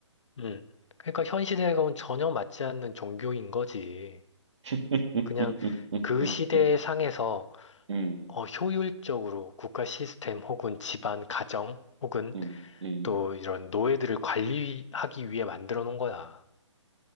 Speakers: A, on the left; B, on the right.
A: 음. 그러니까 현 시대하고는 전혀 맞지 않는 종교인 거지.
B: <laughs>
A: 그냥 그 시대의 상에서
B: 음,
A: 어, 효율적으로 국가 시스템 혹은 집안, 가정 혹은
B: 음, 음.
A: 또 이런 노예들을 관리하기 위해 만들어 놓은 거야.